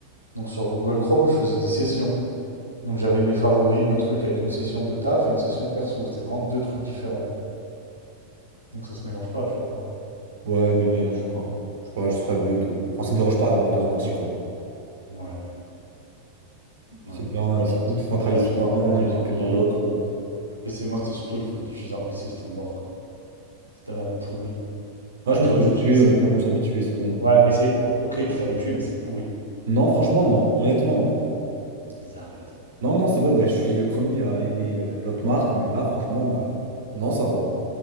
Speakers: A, on the right; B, on the right.
A: Donc sur Google Chrome, je faisais des sessions. Donc j'avais mes favoris, mes trucs avec une session de taf et une session perso. C'était vraiment deux trucs différents. Donc ça se mélange pas, tu vois.
B: Ouais, mais même, je sais pas. Je sais pas, je trouve ça mieux de. Enfin, ça me dérange pas d'avoir deux ordis, quoi.
A: Ouais,
B: Puis
A: ouais.
B: C'est bien,
A: Je
B: hein,
A: sais pas, tu rentres
B: tout
A: tes travail,
B: est centralisé
A: tu te
B: dans
A: trimbales
B: un
A: deux
B: et tout
A: ordi.
B: est dans l'autre. euh.
A: Le PC, moi, c'était surtout le fait d'utiliser un PC, c'était mort, quoi. C'est tellement pourri.
B: Ah,
A: Ah,
B: je
A: tu
B: me suis
A: vois, tu,
B: habitué,
A: tu- c'est-
B: honnêtement, je me suis habitué, c'est bon maintenant.
A: Ouais, mais c'est... bon, Ok, tu t'es habitué, mais c'est pourri.
B: Non, franchement, non. Honnêtement, non.
A: Vas-y, arrête.
B: Non, non, c'est vrai, bah, je suis le premier à aimer euh, l'autre marque, mais là, franchement, euh, non, ça va.